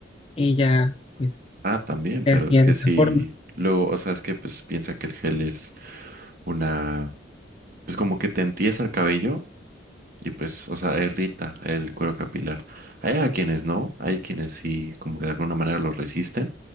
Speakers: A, on the left; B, on the right.
A: y ya, pues,
B: Ah, también,
A: se
B: pero
A: hacía
B: es que
A: de esa
B: sí,
A: forma.
B: luego, o sea, es que pues piensa que el gel es una, pues como que te entiesa el cabello Y pues, o sea, irrita el cuero capilar. Hay a quienes no, hay quienes sí, como que de alguna manera lo resisten,